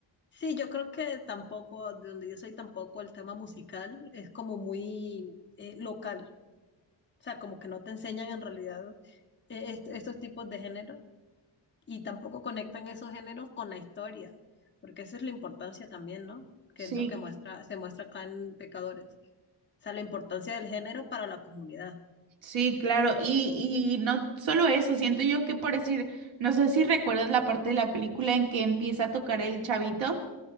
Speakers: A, on the left; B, on the right.
A: sí, yo creo que tampoco, de donde yo soy tampoco, el tema musical es como muy eh, local. O sea, como que no te enseñan en realidad eh, est- estos tipos de género y tampoco conectan esos géneros con la historia, porque esa es la importancia también, ¿no?
B: Sí,
A: Que es lo que muestra, se muestra acá en Pecadores. O sea, la importancia del género para la comunidad.
B: sí, claro, y, y no solo eso, siento yo que por decir, no sé si recuerdas la parte de la película en que empieza a tocar el chavito,